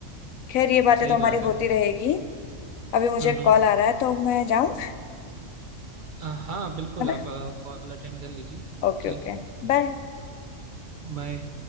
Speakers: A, on the left (about 90°); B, on the right (about 45°).
A: खैर ये बातें
B: सही
A: तो हमारी
B: बात है
A: होती
B: हम्म
A: रहेगी अभी मुझे
B: हम्म
A: कॉल आ रहा है तो मैं जाऊं
B: अ, हाँ बिल्कुल
A: है ना
B: आप कॉल अटेंड कर लीजिए
A: Okay
B: ठीक
A: okay बाय
B: बाय